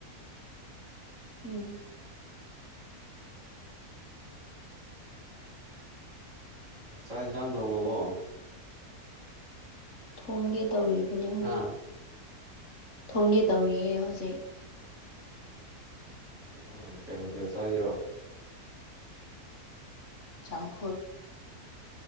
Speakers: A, on the left; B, on the right.
A: ꯎꯝ
B: ꯆꯥꯡꯟ ꯆꯥꯡ ꯊꯣꯡꯉꯕꯣ
A: ꯊꯣꯡꯒꯦ ꯇꯧꯔꯤꯕꯅꯦ ꯍꯧꯖꯤꯛ
B: ꯍꯥ
A: ꯊꯣꯡꯒꯦ ꯇꯧꯔꯤꯑꯦ ꯍꯧꯖꯤꯛ
B: ꯑ ꯀꯩꯃ ꯊ ꯆꯒꯤꯔꯣ
A: ꯆꯝꯐꯣꯏ